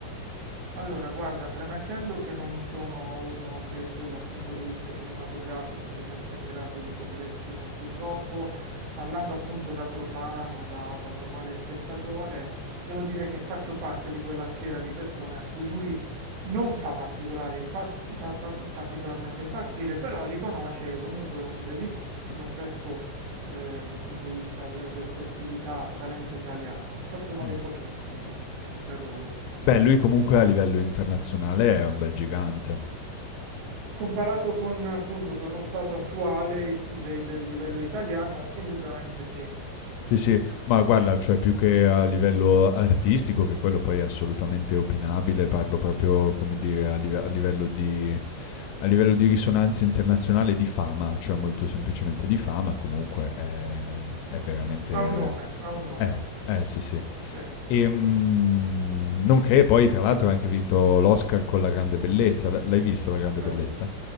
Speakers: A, on the right; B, on the left.
A: Allora, guarda, premettendo che non sono uno che poi dal punto di vista cinematografico si sente in grado di poter esprimersi troppo, parlando appunto da profano, da, da normale spettatore, devo dire che faccio parte di quella schiera di persone a cui lui non fa particolare impazz- fa pa- particolarmente impazzire, però riconosce comunque un bellissimo e fresco, eh, dal punto di vista della sua espressività, talento italiano, forse uno
B: Mm.
A: dei pochissimi in quel ruolo.
B: Beh, lui comunque a livello internazionale è un bel gigante.
A: Comparato con, appunto, con lo stato attuale i- de- del livello italiano, indubbiamente sì.
B: Sì, sì, ma guarda, cioè più che a livello artistico, che quello poi è assolutamente opinabile, parlo proprio, come dire, a live a livello di a livello di risonanza internazionale e di fama, cioè molto semplicemente di fama, comunque è è veramente
A: Ha un nome, ha un nome.
B: eh, eh, sì, sì.
A: Sì, sì.
B: Ehm, nonché poi tra l'altro ha anche vinto l'Oscar con La grande bellezza. L l'hai visto La grande
A: Certo.
B: bellezza?